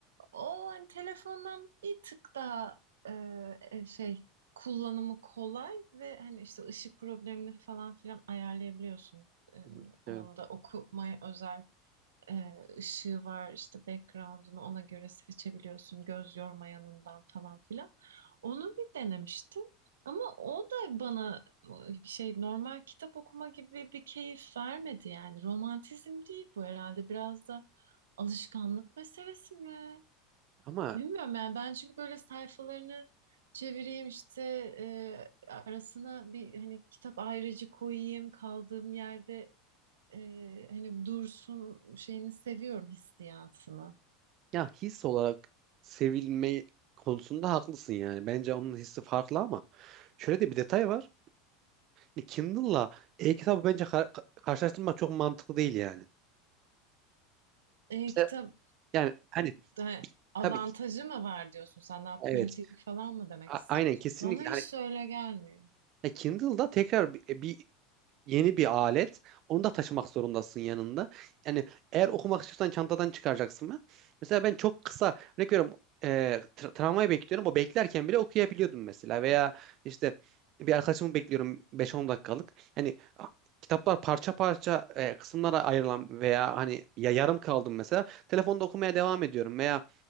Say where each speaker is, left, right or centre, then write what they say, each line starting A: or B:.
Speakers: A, on the right; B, on the right.
A: O hani telefondan bir tık daha e, şey kullanımı kolay ve hani işte ışık problemini falan filan ayarlayabiliyorsun. E,
B: Biliyorum.
A: onda okumaya özel e, ışığı var işte background'unu ona göre seçebiliyorsun göz yormayanından falan filan. Onu bir denemiştim. Ama o da bana e, şey normal kitap okuma gibi bir keyif vermedi yani. Romantizm değil bu herhalde. Biraz da alışkanlık meselesi mi?
B: Ama
A: Bilmiyorum yani ben çünkü böyle sayfalarını çevireyim işte e, arasına bir hani kitap ayrıcı koyayım kaldığım yerde e, hani Dursun şeyini seviyorum hissiyatını.
B: ya his olarak sevilme konusunda haklısın yani. Bence onun hissi farklı ama şöyle de bir detay var. Hani Kindle'la e-kitabı bence kar- karşılaştırmak çok mantıklı değil yani.
A: E,
B: İşte
A: kitabın
B: yani hani
A: da avantajı
B: tabii
A: mı var diyorsun sen daha pratik
B: evet
A: falan mı demek
B: a-
A: istiyorsun?
B: aynen kesinlikle
A: Bana hiç
B: hani
A: öyle gelmiyor.
B: e, Kindle'da tekrar bir, bir yeni bir alet. Onu da taşımak zorundasın yanında. Yani eğer okumak istiyorsan çantadan çıkaracaksın ben. Mesela ben çok kısa örnek veriyorum e, tra- tramvayı bekliyorum. O beklerken bile okuyabiliyordum mesela. Veya işte bir arkadaşımı bekliyorum 5-10 dakikalık. Yani a- kitaplar parça parça e, kısımlara ayrılan veya hani ya yarım kaldım mesela. Telefonda okumaya devam ediyorum veya